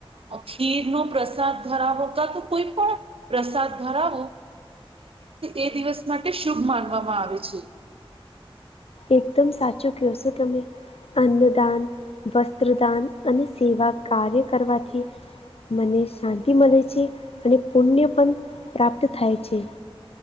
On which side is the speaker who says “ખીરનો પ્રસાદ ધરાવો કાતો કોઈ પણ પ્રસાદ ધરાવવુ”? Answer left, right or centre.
Right